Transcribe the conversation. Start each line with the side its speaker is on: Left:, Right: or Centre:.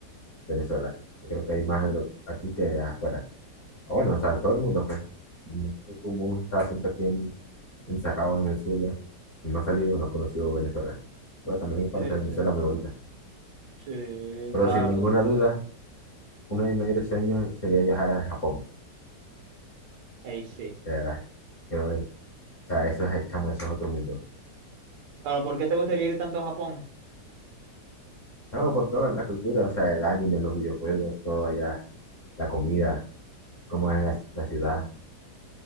Left: Venezuela. Yo creo que hay más de lo, aquí que afuera. O bueno, o sea, en todo el mundo, pues. No sé cómo está siempre aquí en- encerrado en el Zulia. No ha salido, no ha conocido Venezuela. Pero también hay parte
Right: Sí,
Left: de Venezuela
Right: sí,
Left: muy bonita.
Right: sí,
Left: Pero
Right: claro,
Left: sin ninguna duda, uno de mis mayores sueños sería viajar a Japón.
Right: ahí sí.
Left: De verdad. Quiero ver. O sea, eso es, chamo, eso es otro mundo.
Right: Claro, ¿por qué te gustaría ir tanto a Japón?
Left: Chamo, por toda la cultura, o sea, el anime, los videojuegos, todo allá, la comida, cómo es la, la ciudad.